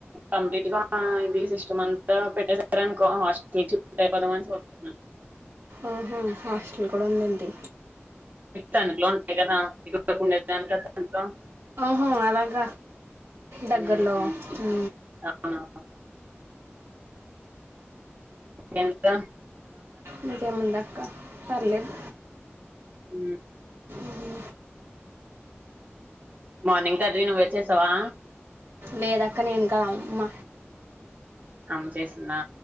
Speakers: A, on the right (about 40°); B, on the right (about 75°).
A: కంప్లీట్ గా ఇది సిస్ట్ మంత్ పెట్టేసార్ అనుకో హాస్టల్ షిప్ట ్చూ అయిపోదామని చూస్తున్న
B: ఆహా హాస్టల్ కూడా ఉందెంటి
A: తనుకు లో ఉంటాయి కదా <unintelligible> ఇదికుండేనుకద తనిలో
B: హ అలాగ దగ్గరలో
A: ఉమ్,
B: ఉ
A: అవునా. ఎంత
B: ఇంకేంముందక్క పర్లేదు
A: ఉ
B: ఉహు
A: మార్నింగ్ <unintelligible> తరనీ ను వచ్చేసావా
B: లేదక్క నేనుకాద్ అమ్మ
A: అమ్మ చేసిందా